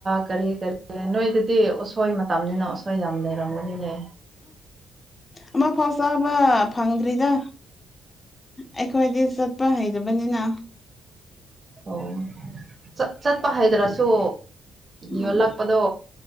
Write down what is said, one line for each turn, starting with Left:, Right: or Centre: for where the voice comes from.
Right: ꯀꯔꯤ ꯀꯔꯤ ꯅꯣꯏꯗꯗꯤ ꯎꯁꯣꯏ ꯇꯝꯅꯤꯅ ꯎꯁꯣꯏ ꯌꯥꯝꯅ ꯂꯩꯔꯝꯒꯅꯤꯅꯦ
Left: ꯑꯃ ꯐꯥꯎ ꯆꯥꯕ ꯐꯪꯗ꯭ꯔꯤꯗ ꯑꯩꯈꯣꯏꯗꯤ ꯆꯠꯄ ꯍꯩꯇꯕꯅꯤꯅ
Right: ꯑꯣ ꯆꯠ ꯆꯠꯄ ꯍꯩꯗ꯭ꯔꯁꯨ
Left: ꯎꯝ
Right: ꯌꯣꯜꯂꯛꯄꯗꯣ